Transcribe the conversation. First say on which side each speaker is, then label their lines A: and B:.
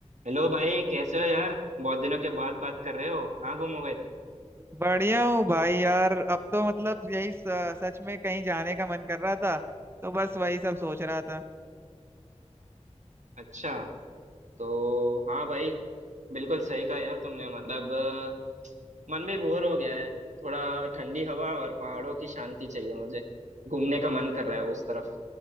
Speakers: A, on the right (about 90°); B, on the right (about 20°).
A: Hello भाई कैसे हो यार बहुत दिनों के बाद बात कर रहे हो कहाँ गुम हो गए थे
B: बढ़िया हूँ भाई यार अब तो मतलब यही स- सच में कहीं जाने का मन कर रहा था तो बस वही सब <laughs> सोच रहा था
A: अच्छा तो हाँ भाई बिल्कुल सही कहा यार तुमने मतलब अ, मन भी बोर हो गया है थोड़ा ठंडी हवा और पहाड़ों की शांति चाहिए मुझे घूमने का मन कर रहा है उस तरफ